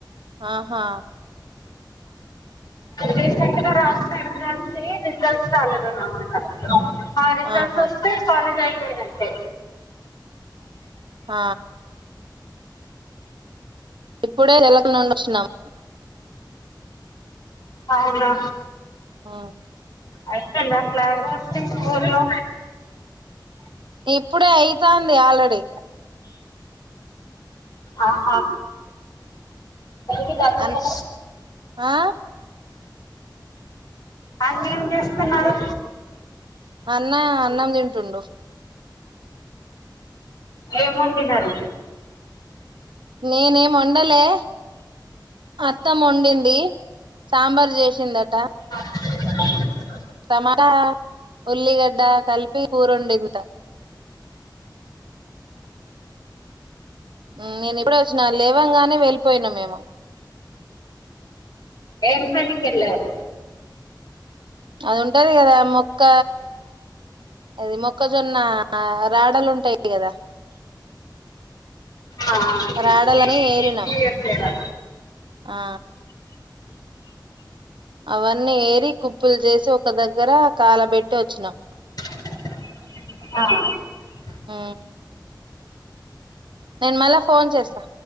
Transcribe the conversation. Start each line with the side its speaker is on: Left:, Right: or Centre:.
Right: ఆహా
Left: రీసెంట్ గా రాసిన ఎగ్జామ్స్ ఈ రిజల్ రాలేదన్న మాట ఆ రిజల్ట్స్
Right: ఆహా
Left: ఒస్తే కాలేజై పోయినట్టే
Right: ఆ ఇప్పుడే రేల్ల క్ నుండోచ్చినము
Left: అవునా
Right: ఆ
Left: అయిపో ఇందా ఫ్లాగ్ హోస్టింగ్ ఊర్లో
Right: ఇప్పుడే అయితంది ఆల్రెడీ
Left: ఆహ బైటి గద్దెలను
Right: అన్ ఆ
Left: అన్నేం చేస్తున్నారు
Right: అన్న అన్నం తింటుడు
Left: ఏమొండినారు
Right: నేనెం వండలే అత్తమొండింది సాంబార్ చేసిందట
Left: అ
Right: టమాట ఉుల్లిగడ్డ కలిపి కురోండిిందట మ్ నేను ఇప్పుడే వచ్చిన లేవంగానే వెళ్ళిపోయినం మేము
Left: ఏం పనికి ఎలావ్
Right: అది ఉంటది కదా మొక్క అది మొక్కజొన్న రాడలు ఉంటాయి కదా
Left: ఆ సే
Right: రాడలని ఏరినాం
Left: ఎలా
Right: ఆ అవన్నీ ఏరి కుప్పులు చేసి ఒక దగ్గర కాలబెట్టి వచ్చినాం
Left: ఆ
Right: ఆ నేను మళ్ళా ఫోన్ చేస్తా